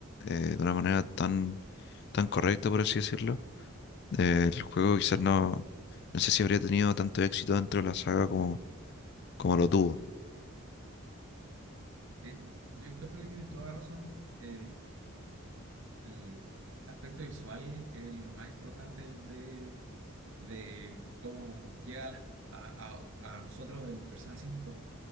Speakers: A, on the left; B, on the right.
A: eh, de una manera tan, tan correcta, por así decirlo, eh, el juego quizás no, no sé si habría tenido tanto éxito dentro de la saga como, como lo tuvo.
B: Bien, Yo encuentro que tienes toda la razón. eh, el aspecto visual es lo más importante de, de cómo llega a, las- a, a- a nosotros el Persona cinco